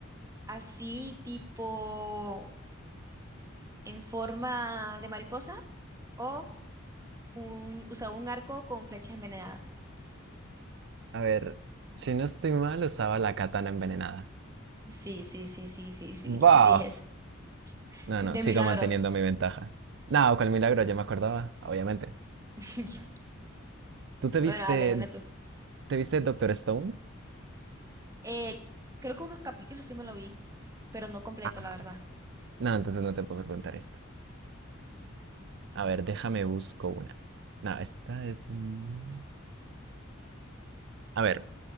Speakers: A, on the right; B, on the right.
A: así tipo en forma de mariposa o un, usaba un arco con flechas envenenadas.
B: A ver, si no estoy mal, usaba la katana envenenada.
A: Sí, sí, sí, sí, sí, sí,
B: ¡Buf!
A: sí es <laughs>
B: No,
A: ese.
B: no,
A: De
B: sigo
A: milagro.
B: manteniendo mi ventaja. No, cual milagro, ya me acordaba, obviamente.
A: <laughs>
B: ¿Tú te viste
A: Bueno, dale, una tú.
B: ¿Te viste Doctor Stone?
A: Eh, creo que unos capítulos sí me lo vi, pero no completo,
B: Ah,
A: la verdad.
B: No, entonces no te puedo preguntar esto. A ver, déjame busco una. No, esta es... un- A ver,